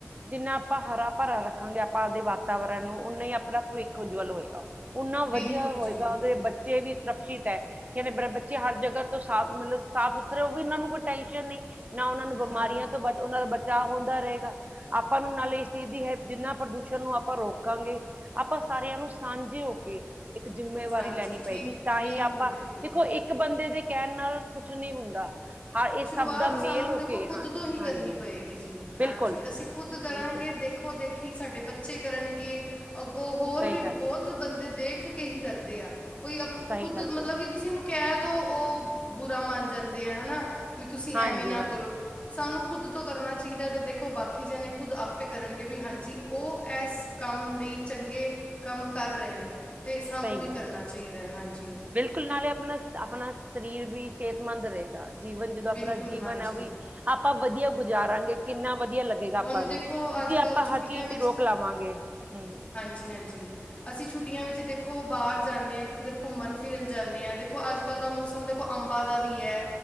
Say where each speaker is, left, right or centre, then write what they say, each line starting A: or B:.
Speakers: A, on the right (about 35°); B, on the left (about 25°).
A: ਜਿੰਨਾ ਅਪਾਂ ਹਰਾ-ਪਰਾ ਰੱਖਾਂਗੇ ਆਪਾਂ ਆਵਦੇ ਵਾਤਾਵਰਨ ਨੂੰ, ਉਨਾ ਈ ਅਪਣਾ ਪਵਿੱਖ ਉਜਵਲ ਹੋਏਗਾ। ਉਨਾ ਵਦਿਆ
B: ਬਿਲਕੁਲ
A: ਹੋਏਗਾ
B: ਜੀ ਬਿਲਕੁਲ
A: ਆਵ ਦੇ ਬੱਚੇ ਬੱਚੇ ਵੀ ਸੁਰੱਕਸ਼ਇਤ ਐ, ਕੈਨਦੇ <unintelligible> ਬੱਚੇ ਹਰ ਜਗ੍ਹਾ ਤੋਂ ਸਾਫ਼ ਮਤਲਬ ਸਾਫ਼ ਫੇਰ ਓਵੀ ਓਨਾਂ ਨੂੰ ਕੋਈ ਟੈਂਨਸ਼ਨ ਨਈ, ਨਾ ਓਨਾਂ ਨੂੰ ਬਮਾਰੀਆਂ
B: ਹਾਂ
A: ਤੋਂ ਬ ਓਨਾ ਦਾ ਬਚਾ ਹੁੰਦਾ ਰਹੇਗਾ ਅਪਾਂ ਨੂੰ ਨਾਲ ਇਸ ਚੀਜ਼ ਦੀ ਹੈ ਜਿੰਨਾ ਪ੍ਰਦੂਸ਼ਣ ਨੂੰ ਆਪ ਅਪਾਂ ਰੋਕਾਂਗੇ, ਅਪਾਂ ਸਾਰੇਆਂ ਨੂੰ ਸਾਂਝੇ ਓ ਕੇ ਇੱਕ ਜਿਮੇਵਾਰੀ
B: ਹਾਂਜੀ
A: ਲੈਨੀ
B: ਠੀਕ
A: ਪਏਗੀ ਤਾਂ
B: ਬਿਲਕੁਲ
A: ਈ ਅਪਾਂ,
B: ਬਿਲਕੁਲ
A: ਦੇਖੋ ਇੱਕ ਇਕ ਬੰਦੇ ਦੇ ਕੈਨ ਨਾਲ, ਕੁੱਛ ਨੀ ਹੁੰਦਾ ਹਾਂ ਇਹ
B: ਸ਼ੁਰੂਆਤ
A: ਸਭ ਦਾ ਮੇਲ
B: ਸਾਨੂੰ
A: ਹੋ
B: ਦੇਖੋ
A: ਕੇ
B: ਖੁਦ
A: ਹਾਂ
B: ਤੋ ਹੀ ਕਰਨੀ
A: ਹਾਂਜੀ
B: ਪਏਗੀ ਜੀ,
A: ਬਿਲਕੁਲ
B: ਹਾਂਜੀ ਅਸੀ ਖੁਦ ਕਰਾਂਗੇ
A: ਬਿਲਕੁਲ
B: ਦੇਖੋ ਖੋਂ ਦੇਖੀ ਸਾਡੇ ਬੱਚੇ ਕਰਨਗੇ, ਅਗੋਂ ਹੋਰ
A: ਸਹੀ
B: ਵੀ
A: ਗੱਲ
B: ਬੋਤ-
A: ਹੈ
B: ਤ ਬੰਦੇ ਦੇਖ ਕੇ ਹੀ ਕਰਦੇ ਆ। ਕੋਈ ਅਪ
A: ਸਹੀ
B: ਖੁਦ
A: ਗੱਲ
B: ਮਤਲਬ
A: ਕਹੀ
B: ਕਿ ਕਿਸੇ ਨੂੰ ਕੈ ਦੋ, ਓ ਬੁਰਾ ਮੰਨ ਜਾਂਦੇ ਆ ਹਨਾ ਵੀ ਤੁਸੀ
A: ਹਾਂਜੀ
B: ਐਵੇਂ ਨਾ
A: ਹਾਂ
B: ਕਰੋ ਸਾਨੂੰ ਖੁਦ ਤੋਂ ਕਰਨਾ ਚੀਦੈ, ਤੇ ਦੇਖੋ ਬਾਕੀ ਜਨੇ ਖੁਦ ਆਪੇ ਕਰਨਗੇ ਵੀ ਹਾਂਜੀ ਓ ਐਸ ਕਾਮ ਲਈ ਚੰਗੇ ਕਮ ਕਰ ਰਏ ਨੇ, ਤੇ ਸਾਨੂੰ
A: ਸਹੀ
B: ਵੀ
A: ਗੱਲ
B: ਕਰਨਾ
A: ਹੈ
B: ਚਾਈਦੈ, ਹਾਂਜੀ।
A: ਬਿਲਕੁਲ ਨਾਲੇ ਅਪਨਾ-ਅਪਨਾ ਸਰੀਰ ਵੀ ਸੇਹਤਮੰਦ ਰਏ। ਜੀਵਨ ਜਦੋਂ ਅਪਨਾ
B: ਬਿਲਕੁਲ
A: ਜੀਵਨ
B: ਹਾਂਜੀ
A: ਐ, ਓਵੀ ਆਪਾਂ ਵਦਿਆ ਗੁਜ਼ਾਰਾਂਗੇ ਕਿੰਨਾ ਵਦਿਆ ਲੱਗ ਗੇਗਾ ਅਪਾਂ
B: ਹੁਣ
A: ਨੂੰ,
B: ਦੇਖੋ
A: ਕਿਯੋਂਕਿ‌
B: ਅੱਜ ਕੱਲ
A: ਅਪਾਂ
B: ਛੁੱਟੀਆਂ
A: ਹਰ ਚੀਜ਼ ਤੇ ਰੋਕ ਲਾਵਾਂਗੇ, ਹੂੰ।
B: ਜੀ ਹਾਂਜੀ, ਅਸੀ ਛੁੱਟੀਆਂ ਵਿਚ ਦੇਖੋ ਬਾਰ ਜਾਨੇ ਆ ਕਿਦਰ ਘੁੰਮਨ-ਫਿਰਨ ਜਾਂਨੇ ਆ ਦੇਖੋ ਆੱਜ ਜ ਕਾੱਲ ਦਾ ਮੌਸਮ ਦੇਖੋ ਅੰਬਾਂ ਦਾ ਵੀ ਐ